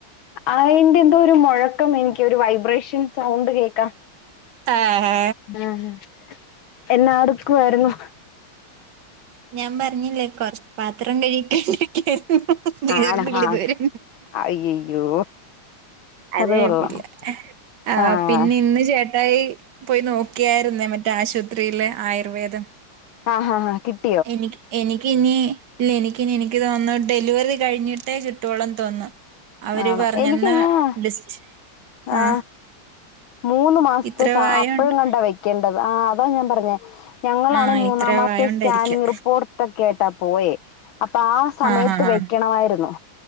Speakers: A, on the left; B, on the right.
A: അയ്ന്റെ എന്തോ ഒരു മുഴ ക്കം എനിക്ക് വൈബ്രേഷൻ സൗണ്ട് കേക്കാം.
B: ആഹ്
A: ആഹ് എന്നാടുക്കുവായിരുന്നു
B: ഞാൻ പറഞ്ഞില്ലേ കൊറ പാത്രം കഴികികൈഞ്ഞ് ഇരുക്കുവായിരുന്നു തീർന്നില്ലേ
A: ആണോ ആഹ്
B: ഇതുവരെ
A: അയ്യയ്യോ
B: അതൊയപ്പല്ല
A: അത് കൊള്ളാം
B: ആ
A: ആഹ്
B: പിന്നെ ഇന്ന് ചേട്ട അതായി പോയി നോക്കിയായിരുന്നേ മറ്റേ ആശുവത്രിയില് ആയുർവേദം
A: ആഹാ കിട്ട്
B: എനിക്ക് എനിക്കിനി ഇല്ല എനിക്കിനി എനിക്ക് തോന്നുന്നു ഡെലിവറി കഴിഞ്ഞിട്ടേ കിട്ടോളന്ന് തോന്നുന്നു അവര്
A: ആണോ
B: പറഞ്ഞെന്നാ
A: എനിക്ക് ആഹ്
B: ഡിസ് ആഹ്
A: ആ മൂന്ന് മാസത്തെ
B: ഇത്ര
A: സ
B: വായോണ്ട്
A: അപ്പഴും കണ്ടാ വെക്കേണ്ടത് ആ അതാ ഞാൻ പറഞ്ഞെ ഞങ്ങളാണെ
B: ആഹ്
A: മൂന്നാ
B: ഇത്ര
A: മാസത്തെ
B: വായോണ്ടായിരിക്കും
A: സ്കാനിംഗ് റിപ്പോർട്ട് കേട്ടാ ആയിട്ട പോയേ അപ്പൊ ആ സമയത്ത്
B: ആഹ് ആഹ്
A: വെക്കണമായിരുന്നു